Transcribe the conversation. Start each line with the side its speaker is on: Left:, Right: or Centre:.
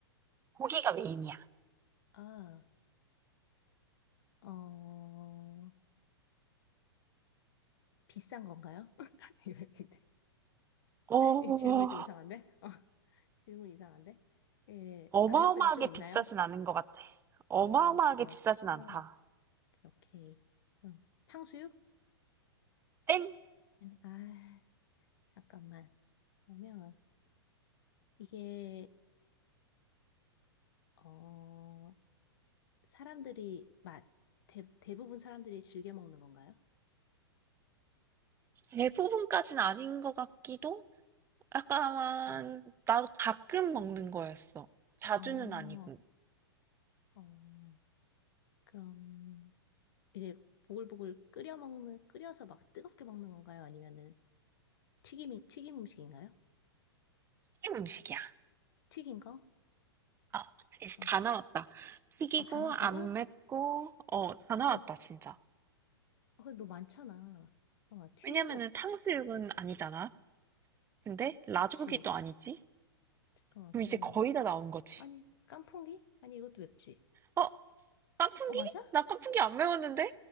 Right: 고기가 메인이야.
Left: 아, 어, 비싼 건가요? <laughs>
Right: 어,
Left: 이 질문이 좀 이상한데? 어, 질문 이상한데? 예,
Right: 어마어마하게
Left: 가격대가 좀
Right: 비싸진
Left: 있나요?
Right: 않은 것 같아. 어마어마하게
Left: 아, 그래요?
Right: 비싸진
Left: 아,
Right: 않다.
Left: 오케이, 오케이. 그럼 탕수육?
Right: 땡!
Left: 아니, 아, 잠깐만. 그러면 이게 어 사람들이 맛 대, 대부분 사람들이 즐겨 먹는 건가요?
Right: 대부분까진 아닌 것 같기도? 약간,
Left: 네.
Right: 나도 가끔 먹는 거였어. 자주는
Left: 어,
Right: 아니고.
Left: 어, 그럼 이게 보글보글 끓여 먹는 끓여서 막 뜨겁게 먹는 건가요? 아니면은 튀김이 튀김 음식인가요?
Right: 김 음식이야.
Left: 튀긴 거?
Right: 아,
Left: 오케이, 잠깐만.
Right: 이제 다 나왔다. 튀기고,
Left: 어, 다 나왔다고?
Right: 안 맵고, 어, 다 나왔다,
Left: 어, 어,
Right: 진짜.
Left: 근데 너 많잖아. 잠깐만, 튀기고,
Right: 왜냐면은 탕수육은 아니잖아. 근데 라조기도
Left: 그치.
Right: 아니지?
Left: 잠깐만,
Right: 그럼
Left: 그러면.
Right: 이제 거의 다 나온 거지.
Left: 아니, 깐풍기? 아니, 이것도 맵지.
Right: 어, 깐풍기?
Left: 어, 맞아?
Right: 나 깐풍기 안 매웠는데?